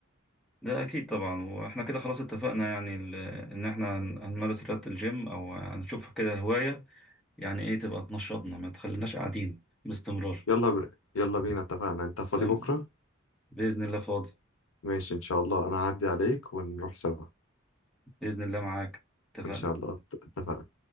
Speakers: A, in the centre; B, on the left.
A: ده اكيد طبعا واحنا كده خلاص اتفقنا يعني ال- ان احنا هن- هنمارس رياضه الجيم او هنشوف كده هوايه يعني ايه تبقى تنشطنا ما تخليناش قاعدين باستمرار
B: يلا ب... يلا بينا اتفقنا انت فاضي
A: تمام
B: بكرة
A: بإذن الله فاضي
B: ماشي ان شاء الله انا هعدي عليك ونروح سوا
A: بإذن الله معاك اتفقنا
B: ان شاء الله ات- اتفقنا